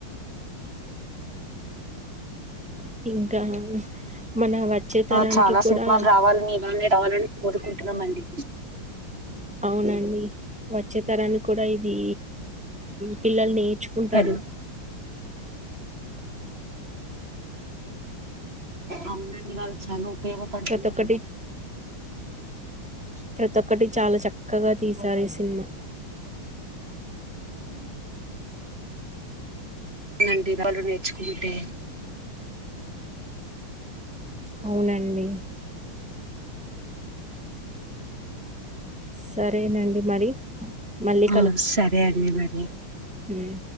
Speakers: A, in the centre; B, on the right.
A: ఇంకా మన వచ్చే
B: కా
A: తరానికి
B: చాలా
A: కూడా
B: సినిమాలు రావాలని రవలని కోరుకుంటున్నామండి
A: అవునండి వచ్చే తరానికి కూడా ఇది పిల్లలు నేర్చుకుంటారు
B: హలో అవునండి వాళ్ చాలు సేవ పడుతుంది
A: ప్రతి ఒక్కటి
B: కదా
A: ప్రతి ఒక్కటి చాలా చక్కగా తీసారు ఈ సినిమా
B: అవునండి వాళ్లు నేర్చుకుంటే
A: అవునండి సరేనండి మరి మళ్ళీ
B: ఆ సరే అండి మరి
A: ఏ <inaudible>